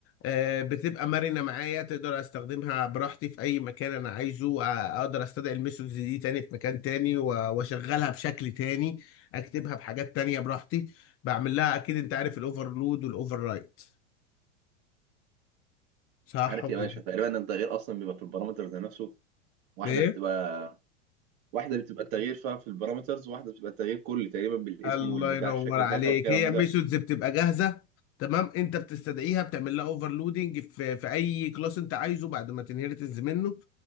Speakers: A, on the left (about 35°); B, on the right (about 55°).
A: آه، بتبقى مرنة معايا تقدر استخدمها براحتي في اي مكان انا عايزه آه، اقدر استدعي الميثودز دي تاني في مكان تاني و- واشغلها بشكل تاني اكتبها بحاجات تانية براحتي بعمل لها اكيد انت عارف الاوفرلود والاوفر رايت صح
B: عارف
A: ولا
B: يا باشا
A: إيه؟
B: تقريبا إن التغيير اصلا بيبقى في البارامترز نفسه واحده
A: ايه
B: بتبقى واحده بتبقى التغيير فيها في البارامترز وواحده بتبقى التغيير كلي تقريبا بالاسم
A: الله
B: والبتاع
A: ينور
B: الشكل
A: عليك
B: بتاعتها والكلام
A: هي
B: ده
A: ميثودز بتبقى جاهزه تمام انت بتستدعيها بتعمل لها اوفرلودنج في في اي كلاس انت عايزه بعد ما تنهرتنز منه